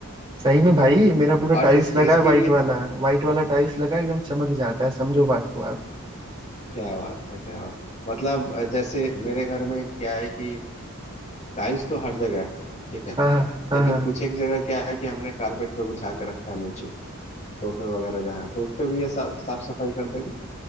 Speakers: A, on the right (about 20°); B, on the left (about 35°).
A: सही में भाई मेरा पूरा
B: और
A: टाइल्स
B: इसके
A: लगा
B: इसके
A: है वाइट
B: लिए
A: वाला वाइट वाला टाइल्स लगा है, एकदम चमक जाता है समझो बात को आप
B: क्या बात है क्या बात मतलब अ, जैसे मेरे घर में क्या है कि टाइल्स तो हर जगह है ठीक है
A: हाँ हाँ हाँ
B: लेकिन
A: हाँ
B: कुछ एक जगह क्या है कि हमने कारपेट को बिछा के रखा है नीचे सोफे वगैरह जहाँ तो उस पे भी ये साफ साफ सफाई कर देगा